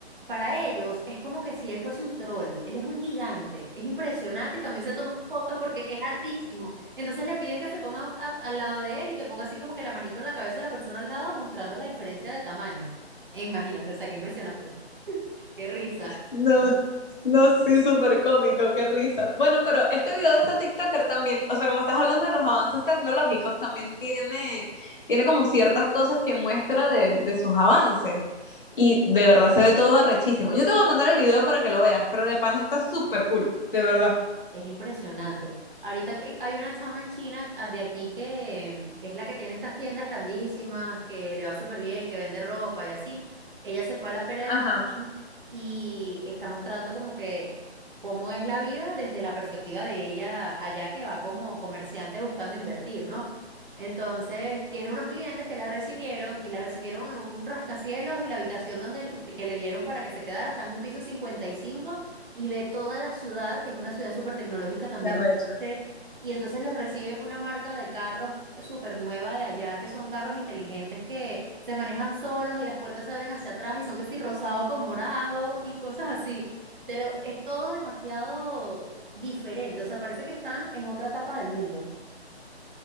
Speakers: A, on the right; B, on the left.
A: para ellos es como que si él fuese un troll. Él es un gigante. Es impresionante y también se toman fotos porque es altísimo. Entonces le piden que se ponga a- al lado de él y que ponga así como que la manito en la cabeza de la persona al lado, mostrando la diferencia de tamaño. E imagínate, o sea, qué impresionante. Qué risa.
B: No, no, sí, súper cómico, qué risa. Bueno, pero este video de esta TikToker también, o sea, como estás hablando de los avances tecnológicos, también tiene, tiene como ciertas cosas que muestra de, de sus avances. Y de verdad se ve todo arrechísimo. Yo te voy a mandar el video para que lo veas, pero de pana está súper cool, de verdad.
A: Es impresionante. Ahorita que hay una chama en China ah, de aquí que, que es la que tiene estas tiendas grandísimas, que le va súper bien, que vende ropa y así. Ella se fue a la feria de
B: Ajá,
A: Cancún y está mostrando como que cómo es la vida desde la perspectiva de ella allá que va como comerciante buscando invertir, ¿no? Entonces, tiene unos clientes que la recibieron y la recibieron en un rascacielos y la habitación donde que le dieron para que se quedara está en un piso 55 y ve toda la ciudad, que es una ciudad súper tecnológica también.
B: la red.
A: Sí. Y entonces los recibe una marca de carros súper nueva de allá, que son carros inteligentes que se manejan solos y las puertas se abren hacia atrás y son que sí, rosado con morado y cosas así. Pero es todo demasiado diferente, o sea, parece que están en otra etapa del mundo.